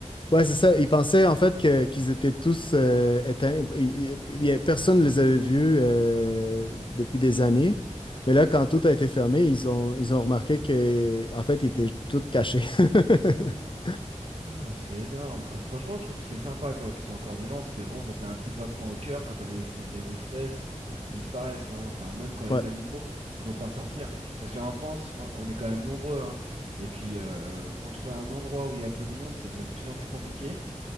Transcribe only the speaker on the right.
Ah, c'est énorme. Ah, franchement, je trouve que c'est sympa quoi qu'ils soient encore vivants, parce que bon, ça fait un petit pincement au cœur quand t'as des espèces, des espèces qui disparaissent, hein. Enfin, ou même quand les
animaux, ils ont peur de sortir. Parce qu'en France, fran- on est quand même nombreux, hein. Et puis, euh, pour trouver un endroit où il y a peu de monde, ça devient de plus en plus compliqué.